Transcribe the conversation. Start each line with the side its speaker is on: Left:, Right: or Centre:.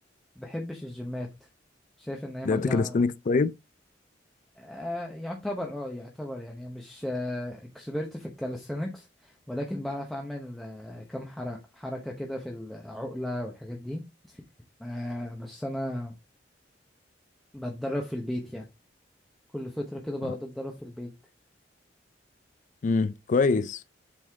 Centre: بحبش الجيمات شايف ان هي
Left: لعبت
Centre: مضيعة
Left: كاليستانكس طيب
Centre: آه يعتبر اه يعتبر يعني مش اكسبرت في الكاليستينكس ولكن بعرف اعمل آه كم حر- حركة كده في العقلة والحاجات دي آه بس انا بتدرب في البيت يعني كل فترة كده بقعد
Left: اه
Centre: اتدرب في البيت
Left: امم كويس